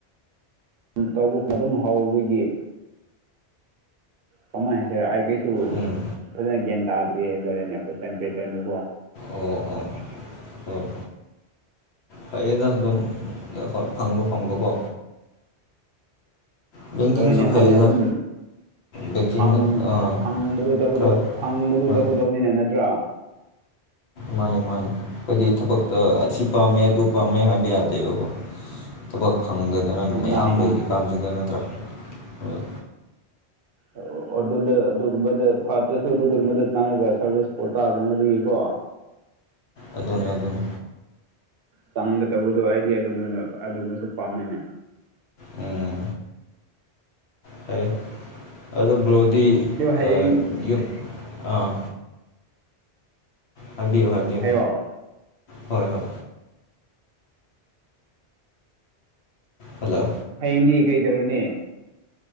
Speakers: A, on the right (about 65°); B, on the left (about 75°).
A: ꯎꯝ ꯇꯧꯕ ꯑꯗꯨꯝ ꯍꯧꯕꯒꯤ ꯀꯃꯥꯏ ꯍꯥꯏꯁꯤꯔ ꯑꯩ ꯀꯩꯁꯨ
B: ꯎꯝ
A: ꯐꯖꯅ ꯒ꯭ꯌꯥꯟ ꯇꯥꯗ꯭ꯔꯤ ꯍꯥꯏꯇꯥꯔꯦꯅꯦ ꯀ꯭ꯋꯦꯁꯟ ꯄꯦꯇ꯭ꯔꯟꯗꯨꯀꯣ
B: ꯑꯣ ꯑꯣ ꯍꯣꯏ ꯐꯩꯌꯦꯗ ꯑꯗꯨꯝ ꯑ ꯐꯪꯕ ꯐꯪꯕꯀꯣ ꯕꯦꯡꯀꯤꯡꯁꯨ
A: ꯍꯣꯏꯅꯦ
B: ꯐꯩꯗ
A: ꯍꯣꯏꯅꯦ ꯑꯗꯨꯝ
B: ꯕꯦꯡꯀꯤꯡꯅ
A: ꯐꯪ
B: ꯑꯥ
A: ꯐꯪꯕꯗꯨ ꯇꯧꯒꯗꯧ
B: ꯈꯔ
A: ꯐꯪꯕꯗꯨ
B: ꯍꯣꯏ
A: ꯇꯧꯒꯇꯧꯅꯤꯅꯦ ꯅꯠꯇ꯭ꯔꯥ
B: ꯃꯥꯅꯦ ꯃꯥꯅꯦ ꯍꯥꯏꯗꯤ ꯊꯕꯛꯇ ꯑꯁꯤ ꯄꯥꯝꯃꯦ ꯑꯗꯨ ꯄꯥꯝꯃꯦ ꯍꯥꯏꯕ ꯌꯥꯗꯦꯕꯀꯣ ꯊꯕꯛ ꯐꯪꯗꯗꯅ ꯃꯌꯥꯝ
A: ꯃꯥꯅꯤ ꯃꯥꯅꯤ
B: ꯂꯩꯔꯤ ꯀꯥꯟꯖꯤꯗ ꯅꯠꯇ꯭ꯔꯥ ꯍꯣꯏ
A: ꯑꯣ ꯑꯗꯨꯗ ꯑꯗꯨꯒꯨꯝꯕꯗ ꯐꯠꯇ꯭ꯔꯁꯨ ꯑꯗꯨꯒꯨꯝꯕꯗ ꯆꯪꯉꯒ ꯁꯥꯔꯚꯤꯁ ꯀꯣꯇꯥ ꯒꯨꯝꯕꯗꯒꯤꯀꯣ
B: ꯑꯗꯨꯅꯦ ꯑꯗꯨꯅꯦ
A: ꯆꯪꯒꯗꯧꯕꯗꯣ ꯑꯩꯗꯤ ꯑꯗꯨꯒꯨꯝꯕꯅ ꯑꯗꯨꯒꯨꯝꯕꯁꯨ ꯄꯥꯝꯃꯦꯅꯦ
B: ꯎꯝ ꯐꯩꯌꯦ ꯑꯗꯣ ꯕ꯭ꯔꯣꯗꯤ
A: ꯑꯗꯣ ꯍꯌꯦꯡ
B: ꯑ ꯌꯨꯝ ꯑꯥ ꯍꯥꯏꯕꯤꯌꯨ ꯍꯥꯏꯕꯤꯌꯨ
A: ꯍꯥꯏꯌꯣ
B: ꯍꯣꯏ ꯍꯣꯏ ꯍꯜꯂꯣ
A: ꯍꯌꯦꯡꯗꯤ ꯀꯩꯗꯧꯔꯅꯤ